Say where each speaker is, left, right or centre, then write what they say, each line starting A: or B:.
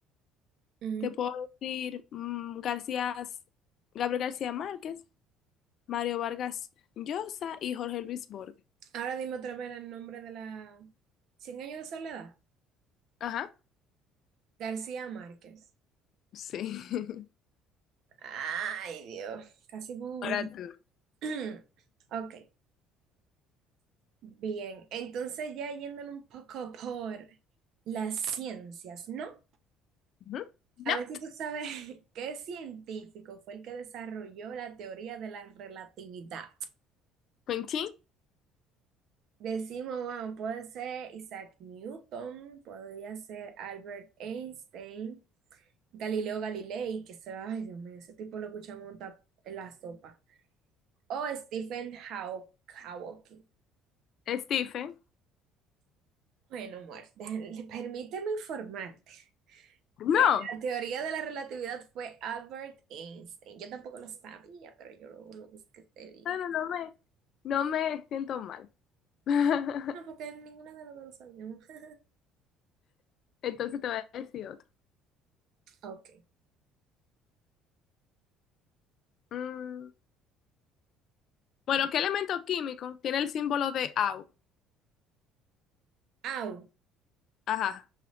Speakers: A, on the right (about 65°); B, on the left (about 60°).
A: Ujú.
B: te puedo decir mm, García, Gabriel García Márquez, Mario Vargas Llosa y Jorge Luis Borges.
A: Ahora dime otra vez el nombre de la... Cien años de soledad.
B: Ajá,
A: García Márquez.
B: sí. <laughs>
A: Ay, Dios. Casi pongo uno.
B: Ahora tú.
A: <clears throat> Ok, bien. Entonces ya yéndole un poco por las ciencias, ¿no?
B: Ujú.
A: A
B: Nat,
A: ver si tú sabes <laughs> qué científico fue el que desarrolló la teoría de la relatividad.
B: Quentin,
A: Decimos, bueno, puede ser Isaac Newton, podría ser Albert Einstein, Galileo Galilei, que se, ay Dios mío, ese tipo lo escuchamos ta- en la sopa, o Stephen Haw- Hawking.
B: Stephen.
A: Bueno, Muerte, <laughs> permíteme informarte
B: No,
A: Que la teoría de la relatividad fue Albert Einstein. Yo tampoco lo sabía, pero yo lo, lo busqué este día.
B: no, no, no me, no me siento mal. <laughs>
A: No, porque ninguna de las dos lo sabíamos. <laughs>
B: Entonces te voy a decir otro.
A: Ok.
B: Mm, Bueno, ¿qué elemento químico tiene el símbolo de Au?
A: AU.
B: Ajá.